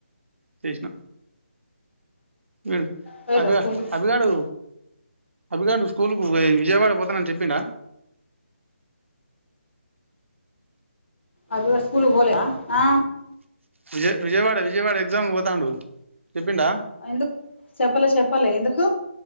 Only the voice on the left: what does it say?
పోయిర్రా
స్కూల్కి
అభిగాడు స్కూల్ కు పోలేదా ఆ
ఎందుకు చెప్పలే చెప్ప ప్పలే ఎందుకు